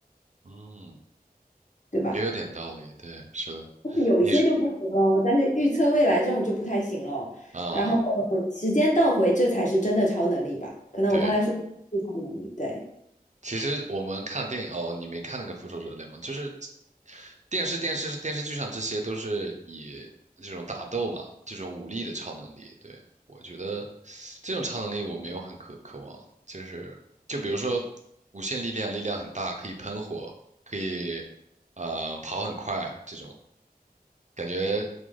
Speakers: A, on the right; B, on the left.
A: 嗯，
B: 对吧？
A: 也有点道理。对，是的，
B: 但是有一些就不行喽，
A: 你是
B: 但是预测未来这种就不太行喽。
A: 啊，
B: 然后时间倒回，这才是真的超能力吧？可能我刚才说是超能力，
A: 对。
B: 对，
A: 其实我们看电影哦，你没看那个《复仇者联盟》，就是电视、电视、电视剧上这些都是以这种打斗嘛，这种武力的超能力。对，我觉得这种超能力我没有很渴渴望，就是就比如说无限力量，力量很大，可以喷火，可以呃跑很快，这种感觉